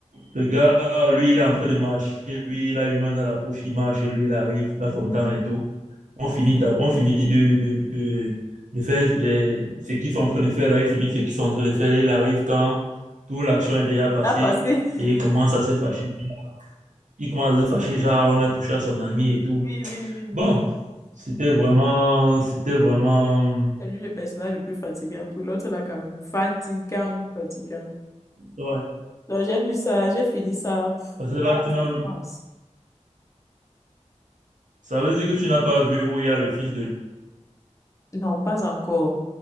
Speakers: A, on the right; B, on the left.
A: le gars, lui, il est en train de marcher. Lui, il a une main dans la poche. Il marche. Lui, il arrive dans
B: mhm.
A: son temps et tout. On finit, ta- on finit de, de, de, de faire les, ce qu'ils sont en train de faire là. Il finit ce qu'ils sont en train de faire. là. Il arrive quand toute l'action est déjà passée
B: Ah, passé.
A: et il commence à se fâcher. Il commence à se fâcher. Genre, on a touché à son ami et tout.
B: Oui, oui, oui, oui,
A: Bon,
B: oui.
A: c'était vraiment, c'était vraiment.
B: C'est lui le personnage le plus fatigant. Pour l'autre, là, quand même. Fatigant, fatigant.
A: Ouais,
B: Donc, j'ai vu ça, j'ai fini ça pff,
A: parce que là,
B: dans la
A: tu n'as
B: souffrance.
A: même- Ça veut dire que tu n'as pas vu où il y a le fils de.
B: Non, pas encore.